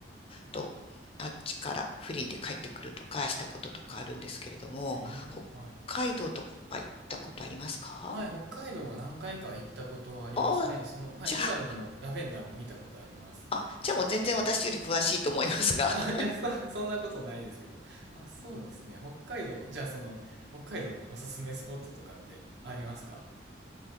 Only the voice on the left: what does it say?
と、あっちからフリーで帰ってくるとかしたこととかあるんですけれども、
北海道とか行ったことありますか
ああじゃあ、
あ、じゃあもう全然私より詳しいと思いますが、
<laughs>